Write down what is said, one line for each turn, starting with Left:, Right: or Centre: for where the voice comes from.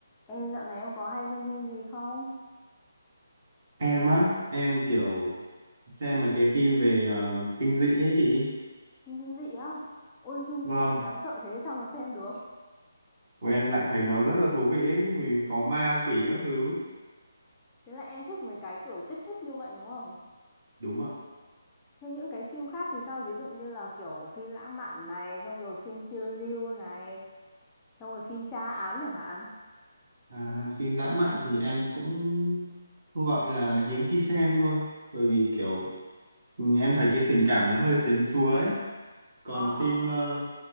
Left: Ê, dạo này em có hay xem phim gì không?
Right: em á em kiểu xem mà cái phim về ờ, kinh dị ấy chị
Left: Phim kinh dị á? Ôi phim
Right: vâng
Left: kinh dị đáng sợ thế sao mà xem được?
Right: của em lại thấy nó rất là thú vị ấy mình có ma quỷ các thứ
Left: Thế là em thích mấy cái kiểu kích thích như vậy đúng không?
Right: đúng ạ
Left: Thế những cái phim khác thì sao? Ví dụ như là kiểu phim lãng mạn này, xong rồi phim phiêu lưu này, xong rồi phim tra án chẳng hạn.
Right: à, phim lãng mạn thì em cũng cũng gọi là hiếm khi xem thôi bởi vì kiểu ừ, em thấy cái tình cảm nó hơi sến súa ấy còn
Left: Ờ
Right: phim
Left: ờ ờ.
Right: ờ,